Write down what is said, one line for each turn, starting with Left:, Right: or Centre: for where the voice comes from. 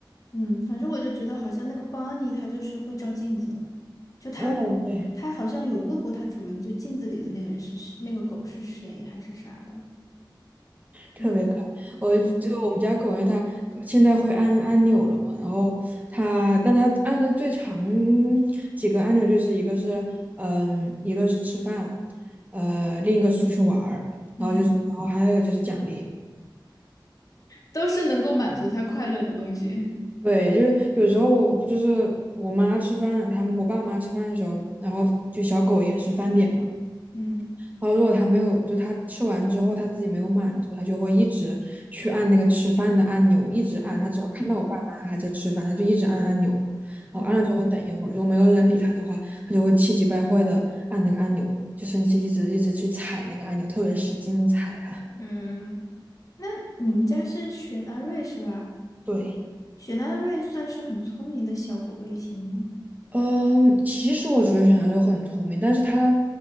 Left: 嗯，反正我就觉得好像那个邦尼他就是会照镜子，就他
Right: 嗯，对。
Left: 他好像有问过他主人，就镜子里的那个人是谁那个狗是谁还是啥的，
Right: 特别可爱。
Left: 嗯
Right: 我就我们家狗，
Left: 嗯
Right: 因为它现在会按按钮了嘛，然后它，但它按的最长几个按钮就是一个是嗯，一个是吃饭，呃，另一个是出去玩儿，
Left: 嗯，
Right: 然后就是，然后还有一个就是奖励。
Left: 都是能够满足他快乐的东西，
Right: 对，就是有时候就是我妈吃饭，他们我爸妈吃饭的时候，然后就小狗也是饭点嘛。
Left: 嗯
Right: 然后如果他没有，就他吃完之后他自己没有满足，他就会一直去按那个吃饭的按钮，一直按。
Left: 嗯嗯。
Right: 他只要看到我爸妈还在吃饭，他就一直按按钮。然后按了之后等一会儿，
Left: 嗯
Right: 如果没有人理他的话，他就会气急败坏的按那个按钮，就生气，一直一直去踩那个按钮，特别使劲踩它。
Left: 嗯，那你们家是雪纳瑞是吧？
Right: <laughs> 对。
Left: 雪纳瑞算是很聪明的小狗类型吗？
Right: 嗯，其实我觉得小孩就很聪明，但是它